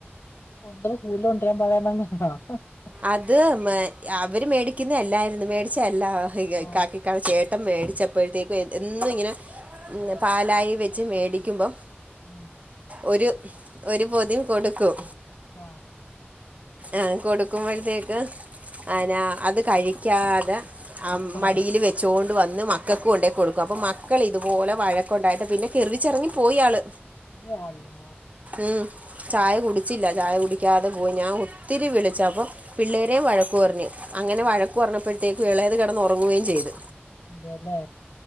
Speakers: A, on the left; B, on the right.
A: കൊണ്ട കൂട്തല് കൊണ്ടരാൻ പറ <unintelligible>
B: അത് മ് അവര് മേടിക്കന്നല്ലായിര്ന്ന് മേടിച്ചല്ലാ
A: ആഹ്
B: കാക് ക്കാൾ ചേട്ടം മേടിച്ചപ്പോഴ്ത്തേക്കും എന്നും ഇങ്ങനാ ന്ന് പാലായ് വെച്ച് മേടിക്കുമ്പം
A: ഉം
B: ഒരു ഒരു പൊതി കൊടുക്കും
A: അഹ്
B: ആഹ് കൊടുക്കുമ്പോഴ്ത്തേക്ക് അനാ അത് കഴിക്കാത
A: മക്കക്കൂടെ
B: ആം മടീല്
A: കൊടുക്കും
B: വെച് ച്ചോണ്ട് വന്ന് മക്കക്ക് കൊണ്ടേക്കൊട്ക്കും. അപ്പോം മക്കളിതുപോലെ വഴക്കൊണ്ടായിട്ട് പിന്നെ കിർവിച്ചെറങ്ങി പോയിയാള്.
A: അതെയാ അള്ളാ
B: ഉംഹ് ചായ കുടിച് ച്ചില്ല. ചായ കുടിക്കാതെ പോയി ഞാൻ ഒത്തിരി വിളിചാപം പിള്ളേരേം വഴക്ക് പർഞ്ഞ്. അങ്ങനെ
A: ഉം
B: വഴക്ക് പറഞ്ഞപ്പോഴ്ത്തേക്ക് ഇളേത് കെടന്നൊറങ്ങുവ്യേം ചെയ്ത്.
A: അതേല്ലേ